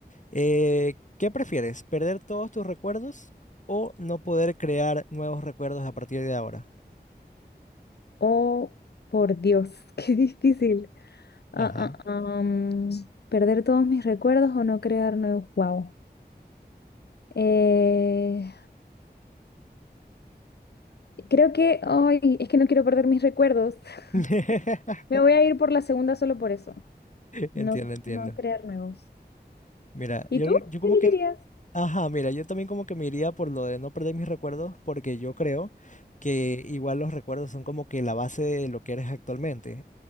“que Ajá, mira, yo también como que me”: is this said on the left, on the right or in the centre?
Left